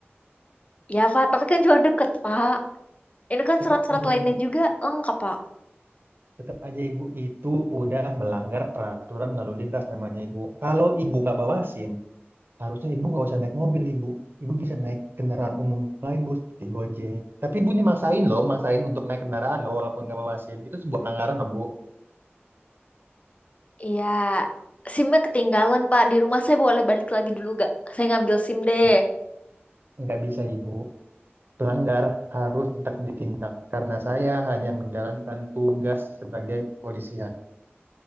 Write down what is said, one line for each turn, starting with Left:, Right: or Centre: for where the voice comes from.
Left: Ya Pak, tapi kan cuma deket Pak. Ini kan
Right: Tetap
Left: surat-surat
Right: aja
Left: lainnya
Right: ibu,
Left: juga lengkap Pak.
Right: tetap aja ibu itu udah melanggar peraturan lalu lintas namanya ibu. Kalau ibu nggak bawa SIM, harusnya ibu nggak usah naik mobil ibu. Ibu bisa naik kendaraan umum lain bu, seperti Gojek. Tapi ibu nih maksain loh, maksain untuk naik kendaraan loh, walaupun nggak bawa SIM. Itu sebuah pelanggaran loh bu.
Left: Iya, SIM-nya ketinggalan Pak di rumah. Saya boleh balik lagi dulu gak? Saya ngambil SIM deh.
Right: Nggak, nggak bisa ibu. Pelanggar harus tetap ditindak karena saya hanya menjalankan tugas sebagai kepolisian.